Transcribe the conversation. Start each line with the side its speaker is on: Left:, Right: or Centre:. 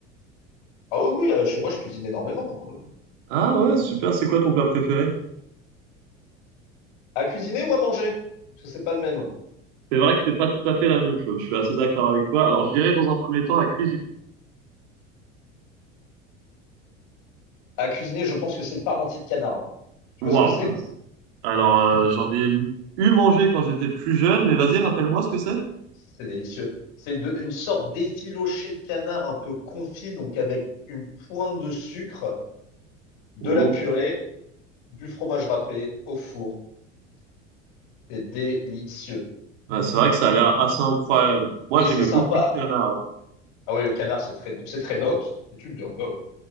Left: Ah oui, oui, euh, chez moi, je cuisine énormément. hein, oui.
Right: Ah ouais, super. C'est quoi ton plat préféré?
Left: À cuisiner ou à manger? Parce que c'est pas le même.
Right: C'est vrai que c'est pas tout à fait la même chose. Je suis assez d'accord avec toi. Alors, je dirais dans un premier temps à cuisiner.
Left: À cuisiner, je pense que c'est le parmentier de canard. Tu
Right: Waouh.
Left: vois ce que c'est?
Right: Alors, euh, j'en ai eu mangé quand j'étais plus jeune, mais vas-y, rappelle-moi ce que c'est.
Left: C'est délicieux. C'est de- une sorte d'effiloché de canard un peu confit, donc avec une pointe de sucre de
Right: Oh.
Left: la purée, du fromage râpé au four. C'est délicieux.
Right: Ouais, c'est vrai que ça a l'air assez incroyable. Moi,
Left: Et
Right: j'aimais
Left: c'est sympa.
Right: beaucoup le canard. ouais.
Left: Ah oui, le canard, c'est très bon. C'est très noble. C'est une viande noble.